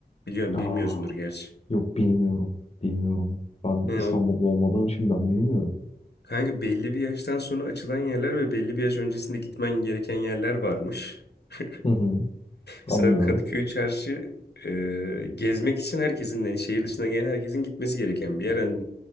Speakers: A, on the left (about 80°); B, on the left (about 40°).
A: Biliyor,
B: Aa,
A: bilmiyorsundur gerçi.
B: yok bilmiyorum. Bilmiyorum. Ben
A: Yani
B: İstanbul'da
A: o
B: olmadığım için ben bilmiyorum.
A: kanka belli bir yaştan sonra açılan yerler ve belli bir yaş öncesinde gitmen gereken yerler varmış. <laughs>
B: Hı hı, anlıyorum.
A: Mesela Kadıköy Çarşı e, gezmek için herkesin yani şehir dışından gelen herkesin gitmesi gereken bir yer. Hani